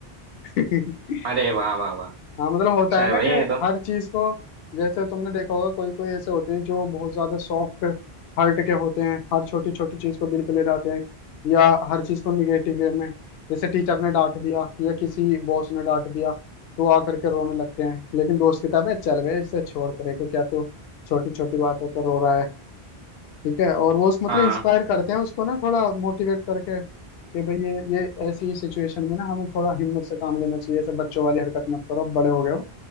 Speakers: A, on the left; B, on the right.
A: <laughs>
B: अरे वाह वाह वाह
A: हाँ मतलब होता
B: अच्छा
A: है
B: है
A: ना
B: भाई
A: कि
B: ये तो
A: हर चीज को जैसे तुमने देखा होगा कोई कोई ऐसे होते हैं जो बहुत ज्यादा सॉफ्ट हार्ट के होते हैं हर छोटी छोटी चीज को दिल पे ले जाते हैं या हर चीज को निगेटिव वे में जैसे टीचर ने डांट दिया या किसी बॉस ने डांट दिया तो आ करके रोने लगते हैं लेकिन दोस्त की किताब है चल बे इसे छोड़ परे को क्या तो छोटी छोटी बातों पर रो रहा है ठीक है और वो उस मतलब
B: हाँ
A: इंस्पायर करते हैं उसको ना थोड़ा मोटिवेट करके कि भाई ये ये ऐसी सिचुएशन में ना हमें थोड़ा हिम्मत से काम लेना चाहिए ऐसे बच्चों वाली हरकत मत करो अब बड़े हो गए हो